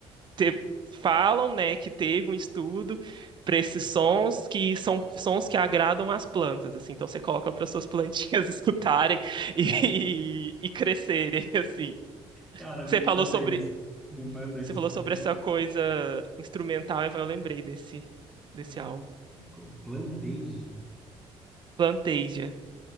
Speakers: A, on the right; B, in the centre.
A: te- falam, né, que teve um estudo para esses sons que são sons que agradam as plantas, assim. Então você coloca para suas plantinhas <laughs> escutarem e, e crescerem, <laughs> assim.
B: Cara, me
A: Você
B: manda
A: falou sobre
B: isso. Me manda
A: você
B: isso
A: falou
B: porque
A: sobre essa coisa instrumental, eu lembrei desse desse
B: é,
A: álbum.
B: co- Plantage,
A: Planteja.